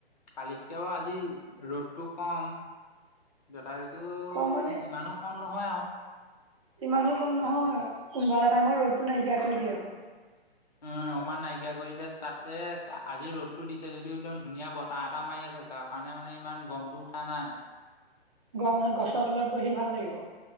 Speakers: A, on the left; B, on the right.
A: কালিতকে বাৰু আজি ৰ'দতটো কম। তথাপিতো
B: কম মানে
A: ইমানো কম নহয় আৰু।
B: ইমানো কম নহয়,
A: এই
B: কোনোবা এটা টাইমত ৰ'দটো নাইকিয়া কৰি দিয়ে আৰু।
A: উম, অকমান নাইকিয়া কৰি দিছে, তাতে আজি ৰ'দতটো দিছে যদিও একদম ধুনীয়া বতৰ। তাহ এটা মাৰি আছে, তাৰ কাৰণে মানে ইমান গৰমটো উঠা নাই।
B: গৰম দিনত গছৰ তলত বহি ভাল লাগিব?